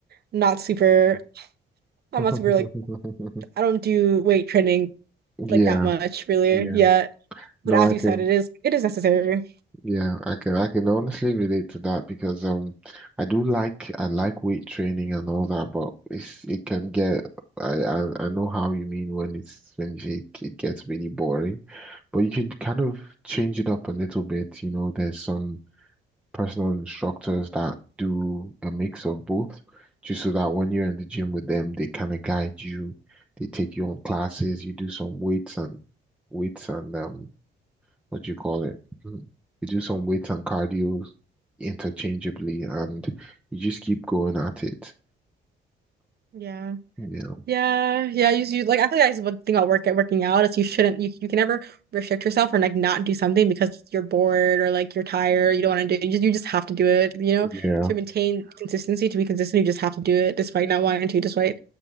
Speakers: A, on the right; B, in the centre.
A: not super, I'm
B: <laughs>
A: not super like, I don't do weight training
B: Yeah,
A: like that much really
B: yeah.
A: yet.
B: No,
A: But as
B: I
A: you
B: can.
A: said, it is, it is necessary.
B: Yeah, I can I can honestly relate to that because um I do like I like weight training and all that, but it's it can get I I, I know how you mean when it's when you say it, it gets really boring, but you could kind of change it up a little bit. You know, there's some personal instructors that do a mix of both, just so that when you're in the gym with them, they kind of guide you, they take you on classes, you do some weights and weights and um what do you call it? Mm. You do some weights and cardio interchangeably, and you just keep going at it.
A: Yeah.
B: Yeah.
A: Yeah, yeah. You, you like I think that's one thing about work working out is you shouldn't you, you can never restrict yourself or like not do something because you're bored or like you're tired, you don't want to do it. You just, you just have to do it, you know,
B: Yeah.
A: to maintain consistency, to be consistent, you just have to do it despite not wanting to, despite